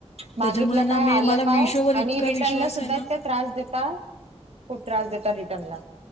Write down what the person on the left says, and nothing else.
त्याच्यामुळे ना
मी
मला मिशोवर
इतका
विश्वास
आहे ना